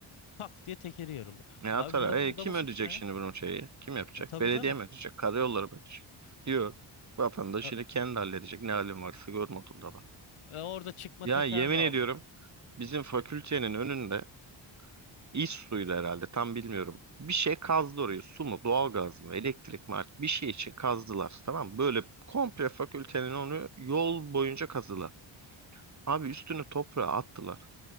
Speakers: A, on the left; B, on the right.
A: Tak diye tekeri yarıldı.
B: Ne atar?
A: Ya abi burada
B: E,
A: bu adamın
B: kim
A: suçu
B: ödeyecek
A: ne?
B: şimdi bunun şeyi? Kim yapacak?
A: E, tabii
B: Belediye
A: canım.
B: mi ödeyecek? Karayolları mı ödeyecek? Yok. Vatandaş
A: E,
B: yine kendi halledecek. Ne halin varsa görme da var.
A: e, orada çıkma
B: Ya
A: teker
B: yemin
A: de almıyor.
B: ediyorum bizim fakültenin önünde İş suyuyla herhalde tam bilmiyorum. Bir şey kazdı orayı. Su mu, doğalgaz mı, elektrik mi artık bir şey için kazdılar. Tamam mı? Böyle komple fakültenin onu yol boyunca kazdılar. Abi üstünü toprağa attılar.